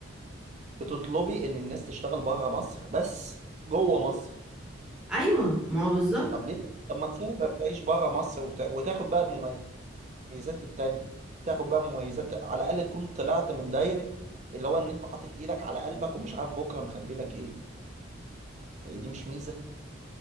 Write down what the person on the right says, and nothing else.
بتطلبي ان الناس تشتغل بره مصر بس جوه مصر
طب ليه طب ما تسافر تعيش بره مصر وت... وتاخد بقى المميزات التانية تاخد بقى مميزات على الأقل تكون طلعت من دايرة اللي هو ان انت حاطط ايدك على قلبك ومش عارف بكرة مخبي لك ايه هي دي مش ميزة